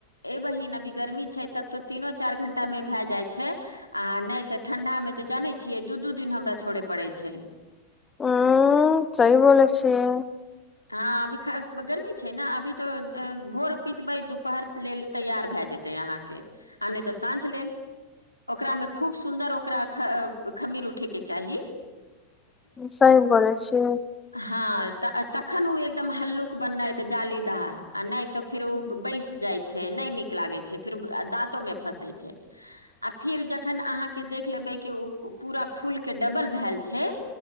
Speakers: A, on the left; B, on the left.
A: ए बहिन अभी गर्मी छै तब तो तीनो चार घंटा मे भए जाइ छै आ नहि तऽ ठंडा मे तऽ जानै छियै दू दू दिन हमरा छोड़य पड़ैय छै
B: उ सही बोलै छीय
A: हँ अभी ख गर्मी छै ने अभी तो भोर पिसबै दुपहर लेल तैयार भै जेतै आहाँ के आ नय तऽ साझ लेल ओकरामे खूब सुन्दर खमी उठयके चाही।
B: सहि बोलै छी
A: हाँ तऽ तखन ओ एकदम हलुक बनत, जालीदार। नहि तऽ फेर ओ बैस जाइ छै। छै नय नीक लागै छै फेर दाँतो मे फँसै छै आ फिर जखन अहाँके देख लेबै कि ओ पूरा फूलके डबल भैल छै